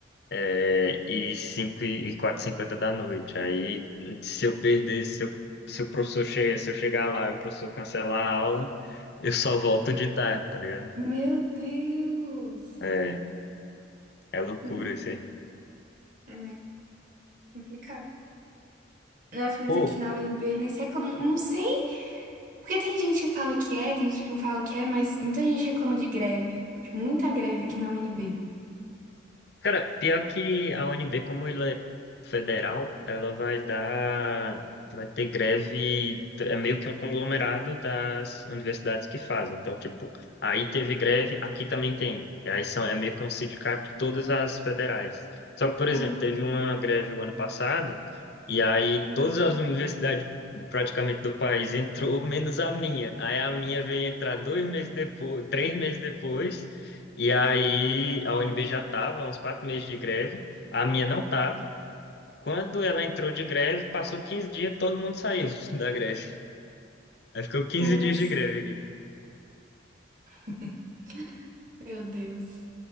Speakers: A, on the left; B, on the right.
A: é, e 5 e quatro e cinquenta da noite. Aí, se eu perder, se, eu, se o professor chegar, se eu chegar lá e o professor cancelar a aula, eu só volto de tarde, tá ligado?
B: Meu Deus.
A: É, é loucura
B: Uhum.
A: isso aí.
B: É complicado. Nossa, mas
A: Pô,
B: aqui na UNB eles reclamam. Eu não sei. Porque tem gente que fala que é, tem gente que não fala que é, mas muita gente reclama de greve, de muita greve aqui na UNB.
A: Cara, pior que a UNB, como ela é federal, ela vai dar, vai ter greve, é meio que um conglomerado das universidades que fazem. Então, tipo, aí teve greve, aqui também tem. E aí são, é meio que um sindicato de todas as federais. Só que, por exemplo,
B: Ah,
A: teve uma greve o ano passado, e aí todas as universidades praticamente do país <laughs> entrou, menos a minha. Aí a minha veio entrar dois meses depois, três meses depois. E aí a UNB já estava, uns quatro meses de greve, a minha não estava. Quando ela entrou de greve, passou 15 dias, todo mundo saiu <laughs> da greve. Aí ficou 15
B: nossa.
A: dias de greve
B: <laughs> Meu Deus.